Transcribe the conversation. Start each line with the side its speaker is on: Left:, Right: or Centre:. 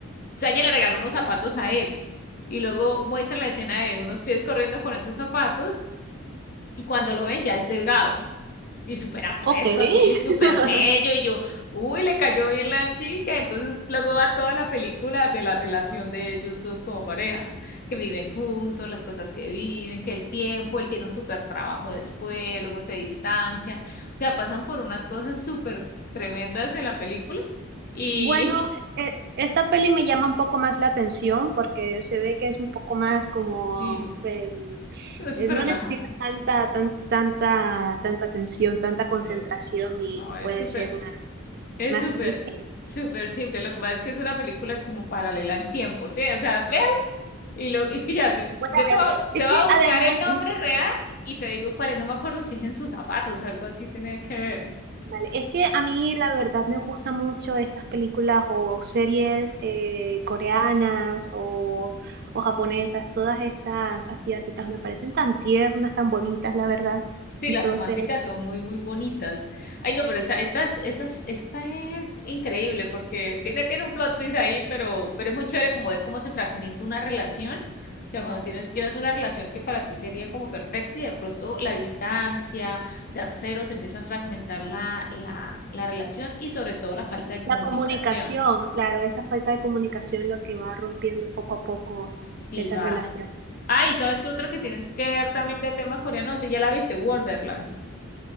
Left: sea, ella le regaló unos zapatos a él, y luego muestran la escena de unos pies corriendo con esos zapatos, y cuando lo ven ya es delgado y súper apuesto,
Right: Ok. <laughs>
Left: así, súper bello, y yo, uy, le cayó bien la chica, entonces luego va toda la película de la relación de ellos dos como pareja, que viven juntos, las cosas que viven, que el tiempo, él tiene un súper trabajo después, luego se distancian, o sea, pasan por unas cosas súper tremendas en la película, y
Right: Bueno, e- esta peli me llama un poco más la atención porque se ve que es un poco más
Left: <laughs>
Right: como
Left: sí,
Right: em,
Left: es
Right: eh,
Left: súper
Right: no
Left: relajada,
Right: necesita tanta, tan- tanta, tanta atención, tanta concentración
Left: no,
Right: y,
Left: no,
Right: y puede
Left: es súper...
Right: ser más,
Left: Es
Right: más
Left: súper,
Right: ligera.
Left: súper simple. Lo que pasa es que es una película como paralela en tiempo. ¿sí? O sea, ve Y lo, es que ya, te-
Right: Voy
Left: yo
Right: a
Left: te
Right: verla.
Left: voy, a,
Right: Es
Left: te voy
Right: que
Left: a buscar
Right: además,
Left: el nombre
Right: mm,
Left: real y te digo cuál es, no me acuerdo si es en sus zapatos, algo así tenía que ver.
Right: vale, es que a mí la verdad me gustan mucho estas películas o series eh, coreanas o, o japonesas, todas estas asiáticas me parecen tan tiernas, tan bonitas, la verdad.
Left: Sí,
Right: Entonces.
Left: las románticas son muy, muy bonitas. Ay, no, pero esa, esa, es- esa, es- esta es increíble porque tiene, tiene un plot twist ahí, pero, pero es muy chévere como ver cómo se fragmenta una relación. O sea, cuando tienes, llevas una relación que para ti sería como perfecta y de pronto la distancia, terceros, empieza a fragmentar la, la, la relación y sobre todo la falta de comunicación.
Right: La comunicación, claro, es la falta de comunicación lo que va rompiendo poco a poco
Left: Sí,
Right: esa
Left: va.
Right: relación.
Left: Ay, ¿sabes qué otra que tienes que ver también de tema coreano? No sé, ya la viste, Wonderland.